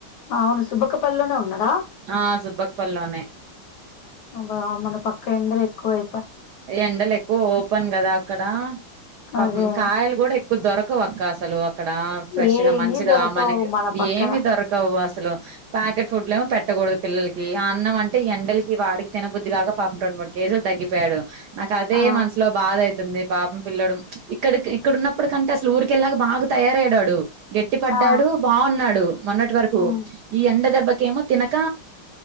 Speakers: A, on the left; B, on the right.
A: అవును సుబ్బక్క పల్లోనే ఉన్నాడా
B: ఆ సుబ్బక్ పల్లోనే
A: అబ్బా మన పక్ కెండలు ఎక్కువై
B: ఎండలెక్ ఓ ఓపెన్ కదా అక్కడ పాపం
A: అదే
B: కాయలు గూడా దొరకవక్క అసలు క్కడ ఫ్రెష్
A: ఏయి
B: గా మంచిగా
A: దొరకవు
B: మనకి
A: మన పక్కన
B: ఏమీ దొరకవు అసలు ప్యాకెట్ ఫుడ్లేమో పెట్టకూడదు పిల్లలకి ఆ అన్నం అంటే ఎండలకి వాడికి తినబుద్ది గాక పాపం రెండు మూడు కేజీలు తగ్గిపోయాడు నాకదే
A: ఆ
B: మనసులో భాదైతుంది పాపం పిల్లోడు ఇక్కడికి ఇక్కడున్నప్పుటికంటే అసలు ఊరికెళ్ళాక బాగా తయారయ్యాడాడు గట్టి పడ్డాడు
A: ఆ
B: బావున్నాడు మొన్నటి వరకు
A: ఉమ్
B: ఈ ఎండ దెబ్బ కేమో తినక